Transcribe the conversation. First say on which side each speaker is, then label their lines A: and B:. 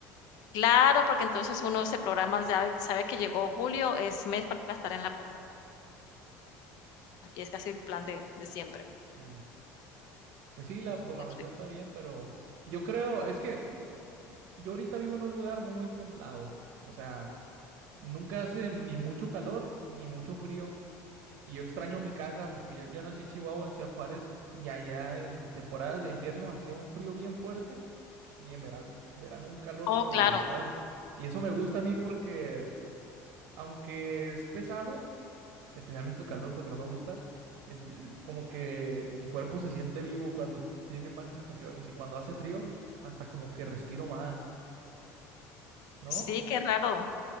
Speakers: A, on the left; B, on the right.
A: Claro, porque entonces uno se programa, sabe, sabe que llegó julio, es mes para estar en la playa, y es casi el plan de, de siempre.
B: Mm. Pues sí, la programación
A: Muy rico.
B: está bien, pero yo creo, es que yo ahorita vivo en un lugar muy templado. O sea, nunca hace ni mucho calor ni mucho frío. Y yo extraño mi casa porque yo, yo nací en Chihuahua, en Ciudad Juárez, y allá en temporadas de invierno hacía un frío bien fuerte y en vera- verano, un calor
A: Oh,
B: pero
A: claro.
B: brutal. Y eso me gusta a mí porque, aunque es pesado, especialmente el calor porque no me gusta, el- el- como que mi cuerpo se siente vivo cuando tiene más sensaciones y cuando hace frío, hasta como que respiro más, ¿no?
A: Sí, qué raro.